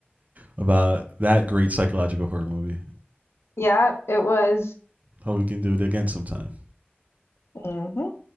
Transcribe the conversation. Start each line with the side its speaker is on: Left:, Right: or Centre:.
Right: about that great psychological horror movie.
Left: Yeah, it was.
Right: Hope we can do it again sometime.
Left: Mhm.